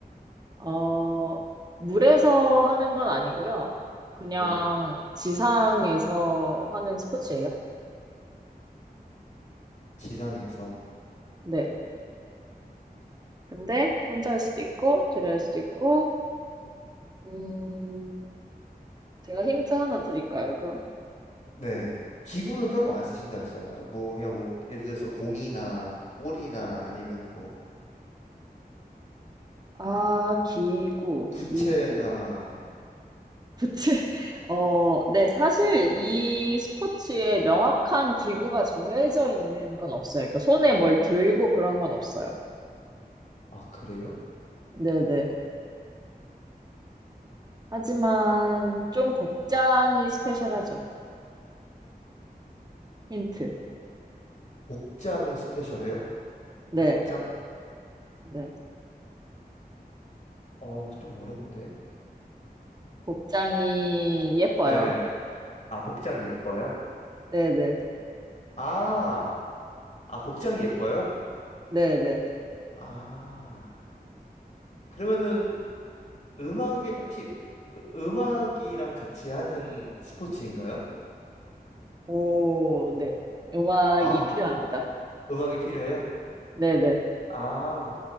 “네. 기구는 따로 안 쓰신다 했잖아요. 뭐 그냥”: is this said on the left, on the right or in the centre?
Left